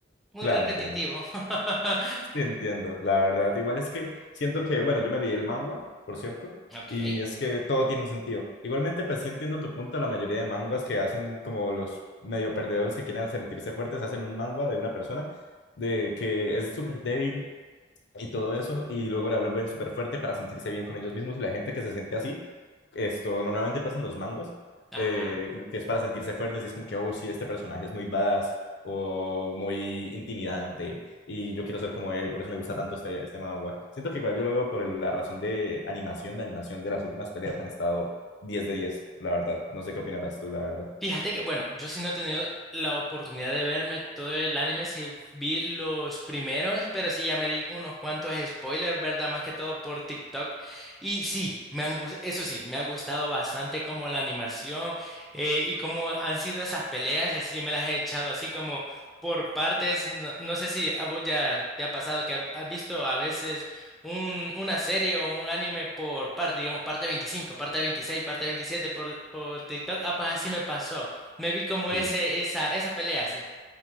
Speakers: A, in the centre; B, on the left.
A: muy
B: Claro,
A: repetitivo.
B: entiendo.
A: <laughs>
B: Sí, entiendo, la verdad. Igual es que siento que, bueno, yo me leí el manhwa, por cierto,
A: Ok.
B: y es que todo tiene un sentido. Igualmente, pues sí entiendo tu punto, la mayoría de manguas que hacen como los medio perdedores que quieren sentirse fuertes, hacen un manhwa de una persona de que es súper débil y todo eso, y luego la vuelven súper fuerte para sentirse bien con ellos mismos y la gente que se siente así, esto normalmente pasa en los manguas,
A: Ajá.
B: eh, como que es para sentirse fuertes y es como que, oh, sí, este personaje es muy badass o muy intimidante y yo quiero ser como él y por eso me gusta tanto este, este manga. Siento que igual yo lo veo por el- la razón de animación, la animación de las últimas peleas han estado diez de diez la verdad. No sé qué opinarás tú, la verdad.
A: Fíjate que, bueno, yo sí no he tenido la oportunidad de verme todo el anime, sí vi los primeros, pero sí ya me di unos cuantos spoilers, ¿verdad? Más que todo por TikTok. Y sí, me han gus- eso sí, me ha gustado bastante como la animación eh, y cómo han sido esas peleas, es sí me las he echado así como por partes. No, no sé si a vos ya te ha pasado que ha- has visto a veces un- una serie o un anime por parte, digamos, parte 25 parte 26 parte 27 por, por TikTok. Ah, pues así me pasó. Me vi como
B: Sí.
A: ese, esa, esa pelea así.